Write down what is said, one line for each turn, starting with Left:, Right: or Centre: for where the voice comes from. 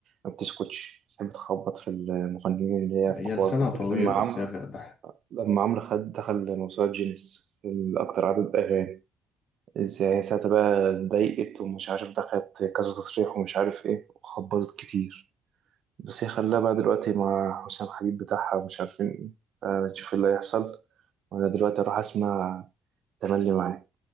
Right: ما بتسكتش بتحب تخبط في المغنيين اللي هي الكبار
Left: هي لسانها
Right: بالذات
Left: طويل
Right: لما عم
Left: بس هي غ- بح-
Right: لما عمرو خد دخل موسوعة جينيس الأكتر عدد أغاني إزاي ساعتها بقى اتضايقت ومش عارف دخلت كذا تصريح ومش عارف إيه وخبطت كتير بس هي خلاها بقى دلوقتي مع حسام حبيب بتاعها ومش عارفين إيه فنشوف اللي هيحصل وأنا دلوقتي أروح أسمع تملي معاك